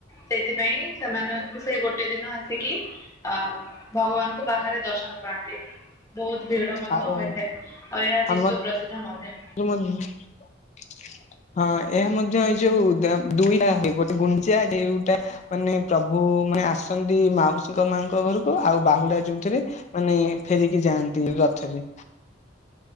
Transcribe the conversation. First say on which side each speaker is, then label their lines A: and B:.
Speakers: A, on the left; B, on the left.
A: ସେଇଥିପାଇଁ ସେମାନଙ୍କୁ ସେ ଗୋଟେ ଦିନ ଆସିକି ଅ ଭଗବାନଙ୍କୁ ବାହାରେ ଦର୍ଶନ ପାଆନ୍ତି। ବହୁତ ଭିଡ ମଧ୍ୟ
B: ଆଉ
A: ହୋଇଥାଏ ଆଉ ଏହା
B: ଆମ
A: ବିଶ୍ୱ ପ୍ରସିଦ୍ଧ ମଧ୍ୟ।
B: <unintelligible> ହଁ ଏହା ମଧ୍ୟ ଏଇ ଯୋଉ ଦ ଦୁଇଟା ହୁଏ ଗୋଟେ ଗୁଣ୍ଡିଚା ଆଉ ଗୋଟେ <unintelligible> ମାନେ ପ୍ରଭୁ ମାନେ ଆସନ୍ତି ମାଉସୀଙ୍କ ମାଙ୍କ ଘରକୁ ଆଉ ବାହୁଡା ଯୋଉଥିରେ ମାନେ ଫେରିକି ଯାଆନ୍ତି ରଥରେ।